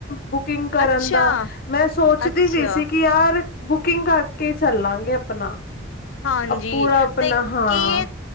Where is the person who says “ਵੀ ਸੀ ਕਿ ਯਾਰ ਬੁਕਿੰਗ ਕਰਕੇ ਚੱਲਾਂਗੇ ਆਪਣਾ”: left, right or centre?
Left